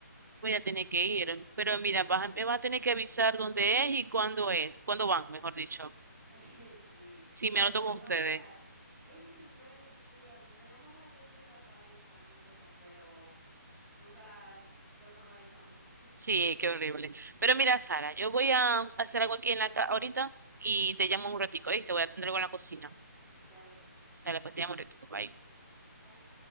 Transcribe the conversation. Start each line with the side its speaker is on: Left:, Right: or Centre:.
Right: Voy a tener que ir. Pero mira, vas a- me vas a tener que avisar dónde es y cuándo es. Cuándo van, mejor dicho.
Centre: <laughs> Sí,
Right: Sí, me
Centre: te
Right: anoto
Centre: voy a
Right: con
Centre: pasar.
Right: ustedes.
Centre: Ey, si supiera que sí queríamos, tenemos rato diciendo para ir con las muchachas, pero nunca lo formalizamos. <laughs>
Right: Sí, qué horrible. Pero mira, Sara, yo voy a hacer algo aquí en la casa ahorita y te llamo un ratico, ¿eh? Te voy a atender algo en la cocina.
Centre: Dale, pues,
Right: Dale, pues te llamo un ratico. Bye.
Centre: dale. Bye.